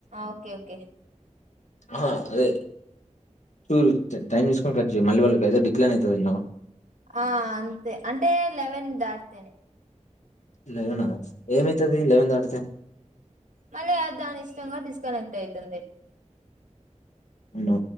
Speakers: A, on the right; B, on the left.
A: ఓకే ఓకే
B: ఆహా అదే టూ టైమ్ తీసుకొని కట్ జయ్ మళ్ళీ వాళ్ళకి అయితే డిక్లయిన్ అయితది నువు
A: ఆ అంతే అంటే లెవెన్ దాటితేనే
B: లెవెనా ఏమైతది లెవెన్ దాటితే
A: మళ్ళీ అ దాని ఇష్టంగా డిస్కనెక్ట్ అయితంది
B: నో